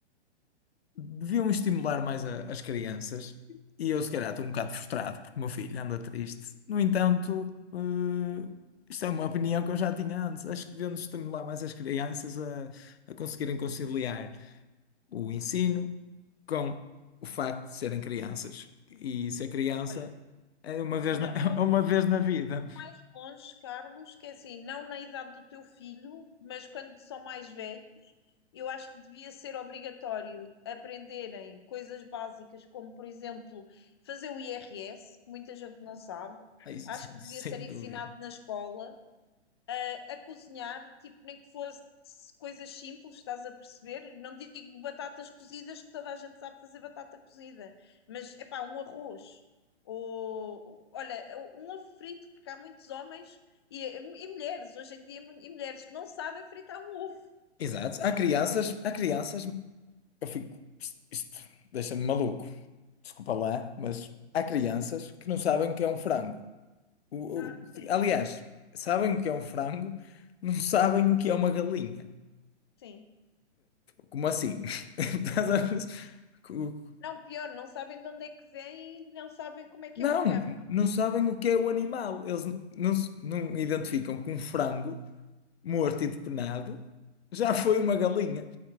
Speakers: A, on the left; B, on the left.
A: deviam estimular mais a- as crianças. E eu, se calhar, estou um bocado frustrado porque o meu filho anda triste. No entanto, eh, isto é uma opinião que eu já tinha antes. Acho que devemos estimular mais as crianças a, a conseguirem conciliar o ensino com o facto de serem crianças. E ser criança
B: Olha,
A: é uma vez
B: Não,
A: na, <laughs>
B: eu
A: é
B: vou,
A: uma vez na vida.
B: eu vou mais longe, Carlos, que é assim, não na idade do teu filho, mas quando são mais velhos, eu acho que devia ser obrigatório aprenderem coisas básicas, como, por exemplo, fazer o IRS, que muita gente não sabe.
A: É isso,
B: Acho que
A: Sem
B: devia ser ensinado
A: dúvida.
B: na escola, a, a cozinhar, tipo, nem que fosse coisas simples, estás a perceber? Não digo batatas cozidas, que toda a gente sabe fazer batata cozida, mas é pá, um arroz. Ou, olha, um ovo frito, porque há muitos homens e, e mulheres, hoje em dia, e mulheres que não sabem fritar um ovo.
A: Exato. Há crianças, há crianças. eu fico, isto, isto deixa-me maluco. Desculpa lá, mas há crianças que não sabem o que é um frango. O-
B: Ah,
A: o-
B: sim,
A: aliás, sabem o que é um frango, não sabem o que é uma galinha.
B: sim.
A: Como assim? <laughs> Estás a ver? Co-
B: Não, pior, não sabem de onde é que vem e não sabem como é que
A: Não,
B: é o campo.
A: não sabem o que é o animal. Eles n- não, se- não identificam que um frango morto e depenado já foi uma galinha.